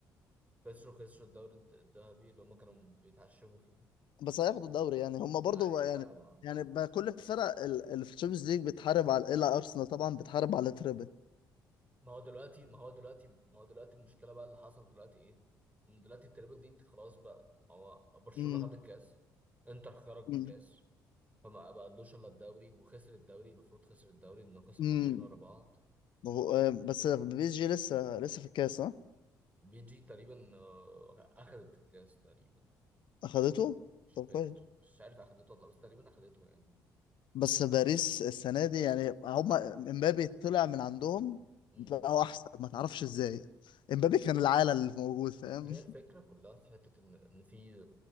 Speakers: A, on the right (about 15°); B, on the left (about 55°).
A: خسروا خسروا الدوري الد- الذهبي اللي هم كانوا بيتعشموا فيه
B: بس هياخدوا الدوري يعني هم برضو
A: عادي
B: يعني
A: بقى ما
B: يعني بقى كل الفرق ال- اللي في الشامبيونز ليج بتحارب على الا ارسنال طبعا بتحارب على تريبل
A: ما هو دلوقتي ما هو دلوقتي ما هو دلوقتي المشكله بقى اللي حصل دلوقتي ايه؟ ان دلوقتي التريبل دي خلاص بقى ما هو برشلونه
B: امم
A: خد الكاس انتر خرج من الكاس
B: امم
A: فما بقالوش الا الدوري وخسر الدوري المفروض خسر الدوري انه خسر
B: امم
A: ماتشين ورا بعض
B: هو- آه، بس بي اس جي لسه لسه في الكاس ها
A: بي جي تقريبا آه، اخذت الكاس تقريبا
B: اخدته
A: مش
B: طب
A: فاكر
B: كويس
A: مش عارف اخدته ولا لأ، بس تقريبا اخدته
B: بس باريس السنة دي يعني هما امبابي طلع من عندهم
A: يعني
B: بقى هو أحسن ما تعرفش إزاي امبابي كان العالة اللي موجود فاهم
A: هي الفكرة كلها في حتة إن إن في